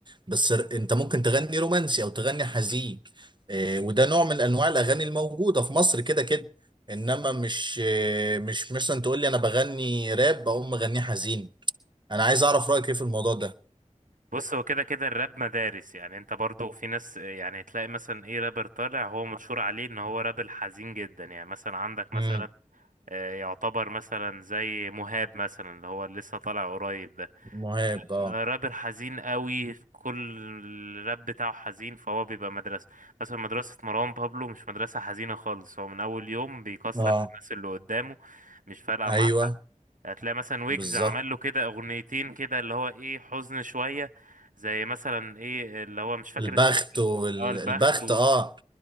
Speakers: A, on the right; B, on the right.
A: بس ر- انت ممكن تغني رومانسي او تغني حزين آه، وده نوع من انواع الاغاني الموجوده في مصر كده كده انما مش آه، مش مثلا تقول لي انا بغني راب اقوم مغنيه حزين انا عايز اعرف رايك ايه في الموضوع ده
B: بص هو كده كده الراب مدارس يعني انت برضو في ناس يعني تلاقي مثلا ايه رابر طالع هو مشهور عليه ان هو راب الحزين جدا يعني مثلا عندك مثلا
A: امم
B: آه، يعتبر مثلا زي مهاب مثلا اللي هو لسه طالع قريب ده
A: مهاب اه
B: آه، رابر حزين قوي كل الراب بتاعه حزين فهو بيبقى مدرسة مثلا مدرسة مروان بابلو مش مدرسة حزينة خالص هو من أول يوم بيكسر
A: اه
B: في الناس اللي قدامه مش فارقة
A: ايوه
B: معاه حد هتلاقي مثلا ويجز
A: بالظبط
B: عمل له كده أغنيتين كده اللي هو إيه حزن شوية زي مثلا إيه اللي هو مش فاكر
A: البخت
B: اسمه كان
A: والبخت
B: إيه. اه البخت و...
A: اه